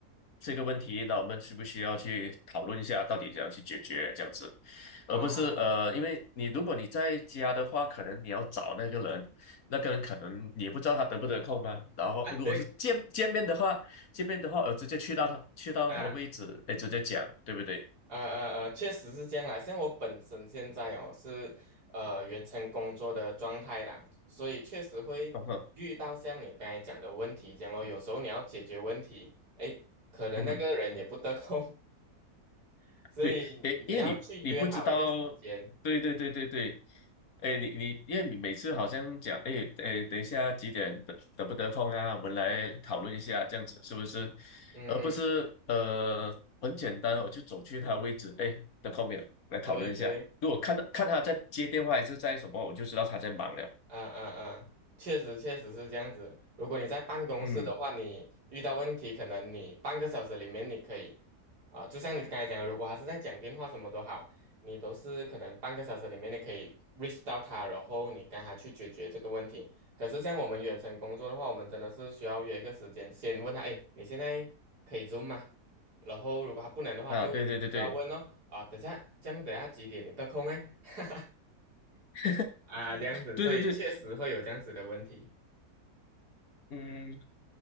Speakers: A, on the left; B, on the right.
A: 这个问题，那我们需不需要去讨论一下，到底怎样去解决这样子，而不是呃，
B: 啊
A: 因为你如果你在家的话，可能你要找那个人，那个人可能你也不知道他得不得空嘛，然后如果是见见面的话，
B: 啊，对，
A: 见面的话，我直接去到他去到他的位置，
B: 啊
A: 哎，直接讲，对不对？
B: 呃呃呃，确实是这样啦。像我本身现在哦是呃远程工作的状态啦，所以确实会遇到像你刚才讲的问题这样咯。
A: 嗯哼，
B: 有时候你要解决问题，哎，可能那个人也不得空，
A: 嗯哼
B: <laughs> 所以你要去约好一个时间。
A: 对，诶，因为你你不知道，对对对对对，诶，你你因为你每次好像讲，诶诶，等一下几点得得不得空啊？我们来讨论一下，
B: 嗯
A: 这样子是不是？
B: 嗯嗯，
A: 而不是呃很简单哦，我就走去他位置，诶，得空没有？来讨论一下。
B: 对对。
A: 如果看到看他在接电话还是在什么，我就知道他在忙了。
B: 嗯嗯嗯，确实确实是这样子。如果你在办公室的话，
A: 嗯，
B: 你遇到问题，可能你半个小时里面你可以，啊、就像你刚才讲的，如果他是在讲电话什么都好，你都是可能半个小时里面你可以 reach 到他，然后你跟他去解决这个问题。可是像我们远程工作的话，我们真的是需要约一个时间，先问他，哎，你现在可以 Zoom 吗？然后如果他不能的话，
A: 啊，
B: 就你需要问哦，
A: 对对对对，
B: 啊，等下，这样等下几点你得空哎？<laughs>
A: <laughs>
B: 啊，这样子，
A: 对对对，
B: 所以确实会有这样子的问题。
A: 嗯。